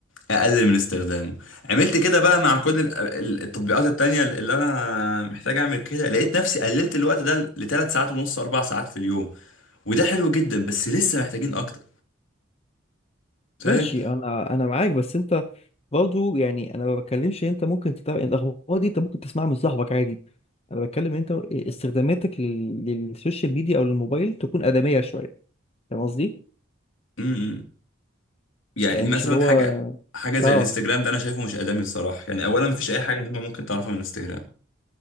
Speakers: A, on the left; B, on the left.
A: اقلل من استخدامه عملت كده بقى مع كل ال- ال- التطبيقات التانية اللي انا محتاج اعمل كده لقيت نفسي قللت الوقت ده لثلاث ساعات ونص اربع ساعات في اليوم وده حلو جدا بس لسه محتاجين اكتر فاهم
B: ماشي أنا أنا معاك بس أنت برضه يعني انا ما بتكلمش إن انت ممكن تتابع الاخبار دي انت ممكن تسمعها من صاحبك عادي انا بتكلم إن انت استخداماتك لل... للسوشيال ميديا او للموبايل تكون ادميه شويه فاهم قصدي
A: امم يعني
B: يعني مش
A: مثلا
B: اللي هو
A: حاجة حاجة زي
B: اه
A: الانستجرام ده انا شايفه مش ادمي الصراحة يعني اولا مفيش اي حاجة مهمة ممكن تعرفها من الانستجرام